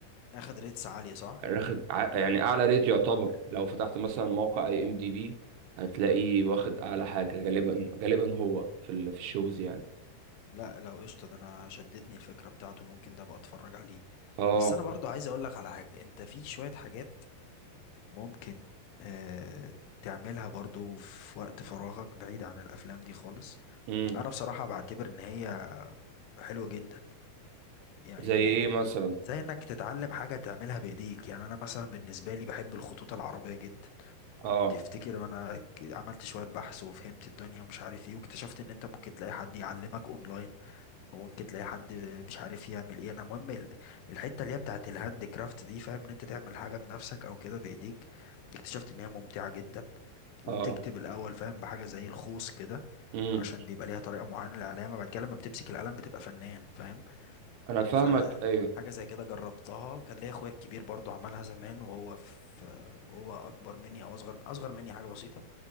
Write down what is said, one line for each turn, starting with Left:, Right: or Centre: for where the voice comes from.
Left: اخد ريتس عالية صح
Right: واخد ع- يعني اعلى ريت يعتبر لو فتحت مثلا موقع اي ام دي بي هتلاقيه واخد
Left: مم.
Right: اعلى حاجة غالبا غالبا هو في ال- في الشوز يعني
Left: لا لو قشطة ده انا شدتني الفكرة بتاعته ممكن ده ابقى اتفرج عليه
Right: اه
Left: بس انا برضو عايز اقول لك على حاجة انت في شوية حاجات ممكن آه تعملها برضو في وقت فراغك بعيد عن الافلام دي خالص
Right: امم
Left: انا بصراحة بعتبر ان هي حلوة جدا يعني
Right: زي ايه مثلا
Left: زي انك تتعلم حاجة تعملها بايديك يعني انا مثلا بالنسبة لي بحب الخطوط العربية جدا
Right: اه
Left: تفتكر وانا ك- عملت شوية بحث وفهمت الدنيا ومش عارف ايه واكتشفت ان انت ممكن تلاقي حد يعلمك اونلاين وممكن تلاقي حد مش عارف يعمل ايه انا مهم ال- الحتة اللي هي بتاعت الهاند كرافت دي فاهم ان انت تعمل حاجة بنفسك او كده بايديك اكتشفت ان هي ممتعة جدا وبتكتب
Right: اه
Left: الاول فاهم بحاجة زي الخوص كده
Right: امم
Left: عشان بيبقى ليها طريقة معينة للعلامة بعد كده لما بتمسك القلم بتبقى فنان فاهم
Right: انا فاهمك
Left: فحاجة
Right: ايوه
Left: زي كده جربتها وكان ليا اخويا الكبير برضو عملها زمان وهو في وهو اكبر مني او اصغر اصغر مني حاجة بسيطة